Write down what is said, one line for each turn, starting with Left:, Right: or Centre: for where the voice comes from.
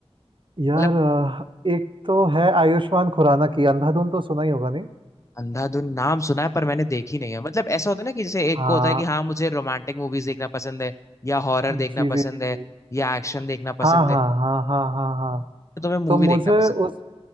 Right: यार
Left: मतलब
Right: अ, एक तो है आयुष्मान खुराना की अंधाधुन तो सुना ही होगा नहीं
Left: अंधाधुन नाम सुना है पर मैंने देखी नहीं है मतलब ऐसा होता है ना कि जैसे एक
Right: हाँ
Left: को होता है कि हाँ मुझे रोमांटिक मूवीज देखना पसंद है या हॉरर
Right: जी
Left: देखना पसंद
Right: जी जी
Left: है
Right: जी
Left: या एक्शन देखना
Right: हाँ
Left: पसंद
Right: हाँ
Left: है
Right: हाँ हाँ हाँ हाँ
Left: तो तुम्हें
Right: तो
Left: मूवी
Right: मुझे
Left: देखना पसंद
Right: उस
Left: है